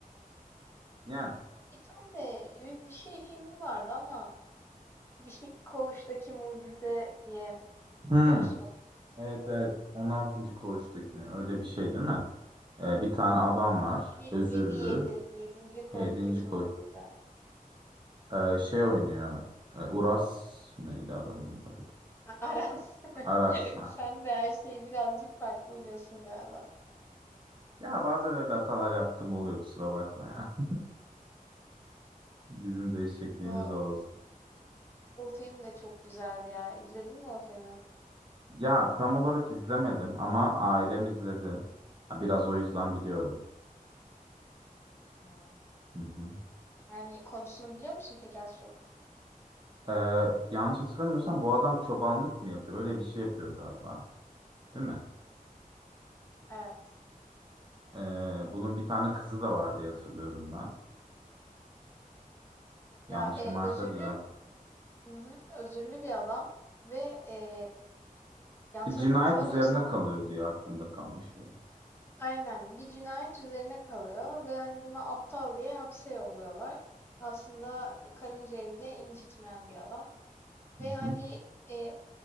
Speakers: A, on the right (about 30°); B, on the left (about 15°).
A: Yani.
B: Bir tane de bir bir şey filmi vardı ama Bir şey Koğuştaki Mucize diye.
A: Hmm.
B: Biliyor musun o filmi?
A: Evet evet On altıncı koğuştaki mi? Öyle bir şey değil mi? Ee, bir tane adam var.
B: Bir,
A: Özürlü.
B: yedi, yedi. Yedinci Koğuştaki
A: 7.
B: Mucize.
A: Ee, şey oynuyor. Ee, Uras neydi adamın adı?
B: <laughs> A- Aras. <laughs>
A: Aras. Ha.
B: Sen de her şeyi birazcık farklı biliyorsun galiba.
A: Ya bazen öyle hatalar yaptığım oluyor kusura bakma ya. <laughs> Bizim de eşekliğimiz
B: O,
A: o olsun.
B: o film de çok güzeldi ya. İzledin mi o filmi?
A: Ya tam olarak izlemedim ama ailem izledi. Ha, Biraz o yüzden biliyorum.
B: Hmm.
A: Hı hı.
B: Yani konusunu biliyor musun peki az çok?
A: Ee, yanlış hatırlamıyorsam bu adam çobanlık mı yapıyor? Öyle bir şey yapıyor galiba. Değil mi?
B: Evet.
A: Ee, bunun bir tane kızı da var diye hatırlıyorum ben. Yanlışım
B: Ya e,
A: varsa
B: özürlü,
A: düzelt.
B: hı hı, özürlü bir adam ve e, yanlış
A: Bir cinayet
B: hatırlamıyorsam
A: üzerine kalıyordu ya aklımda kalmış benim.
B: Aynen. Bir cinayet üzerine kalıyor ve hani buna aptal diye hapse yolluyorlar. Aslında e, karıncayı bile incitmeyen bir adam. Ve
A: Hı
B: hani
A: hı.
B: e,